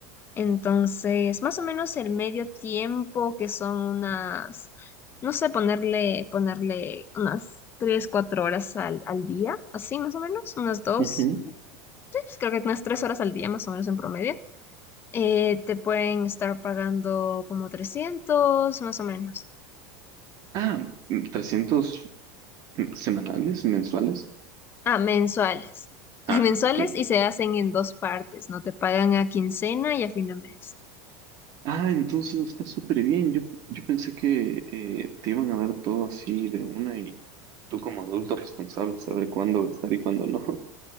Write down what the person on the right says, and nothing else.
Ujú.
Ah, 300 semanales, mensuales.
Ah,
ok.
Ah, entonces está súper bien. Yo, yo pensé que eh, te iban a dar todo así de una y tú como adulto responsable saber cuándo gastar y cuándo no. <laughs>